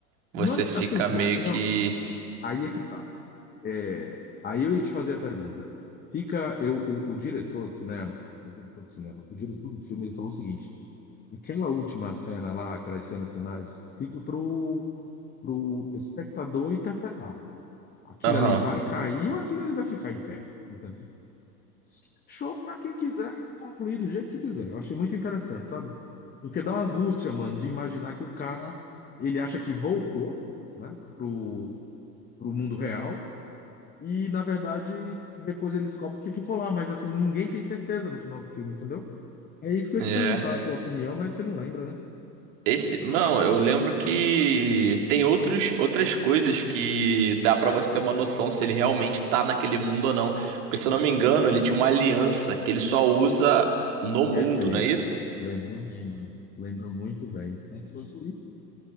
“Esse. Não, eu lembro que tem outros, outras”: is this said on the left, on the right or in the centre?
Right